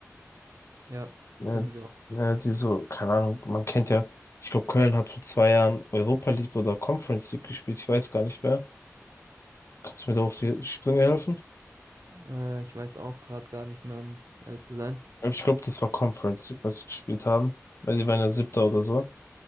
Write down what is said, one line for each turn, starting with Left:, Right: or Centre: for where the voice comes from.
Right: Ja,
Left: Ja,
Right: finde ich auch.
Left: ja, die so, keine Ahnung, man kennt ja, ich glaube, Köln hat vor zwei Jahren Europa League oder Conference League gespielt, ich weiß gar nicht mehr. Kannst du mir da auf die Sprünge helfen?
Right: Äh, ich weiß auch gerade gar nicht mehr, um ehrlich zu sein.
Left: Aber ich glaube, das war Conference League, was sie gespielt haben, weil die waren ja Siebter oder so.